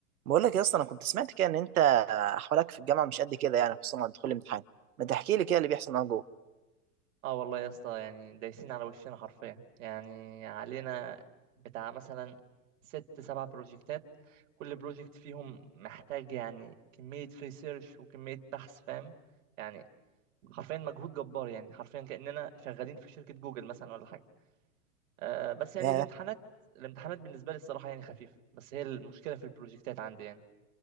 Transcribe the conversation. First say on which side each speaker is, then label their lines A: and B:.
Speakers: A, on the right; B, on the right.
A: بقول لك يا اسطى انا كنت سمعت كده ان انت احوالك في الجامعه مش قد كده يعني خصوصا مع دخول الامتحان ما تحكي لي كده اللي بيحصل معاك جوه
B: اه والله يا اسطى يعني دايسين على وشنا حرفيا يعني علينا بتاع مثلا ست سبع بروجكتات كل بروجكت فيهم محتاج يعني كمية ريسيرش وكمية بحث فاهم يعني حرفيا مجهود جبار يعني حرفيا كأننا شغالين في شركة جوجل مثلا ولا حاجة آه بس يعني
A: ياه،
B: الامتحانات الامتحانات بالنسبة لي الصراحة يعني خفيفة بس هي المشكلة في البروجكتات عندي يعني